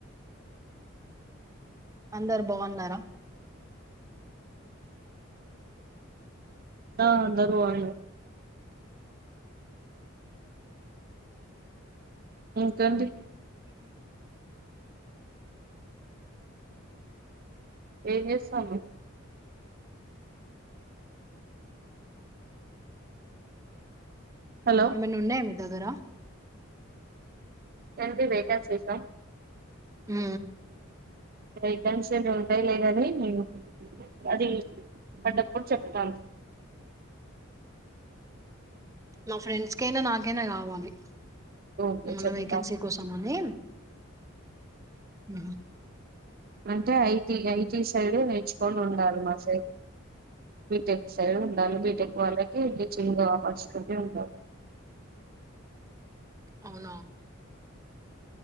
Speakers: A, on the right (about 15°); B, on the right (about 45°).
A: అందరు బాగున్నారా
B: అ నరు అ ఉ తండ్రి
A: అ
B: ఏజ సమ హలో
A: ఏమైనా ఉన్నాయా మీ దగ్గర
B: ఎది వెయిట శీసం
A: హ
B: రైటన్స్ ఏ ఉంటాయి లేదది మీ అది అడ చె త
A: మా ఫ్రెండ్స్కైనా నాకైనా కావాలి
B: ఓకే
A: మన్న
B: చెప్తా
A: వేకెన్సీ కోసంని అ
B: అంటే ఐటీ ఐటీ సైడ్ నేర్చుకొని ఉండాలి మా సైడ్ వ సరే ఉండాలి బీటెక్ వాళ్ళకి ఇ చిన్గా వాపర్స్ కజే ఉంద
A: అవునా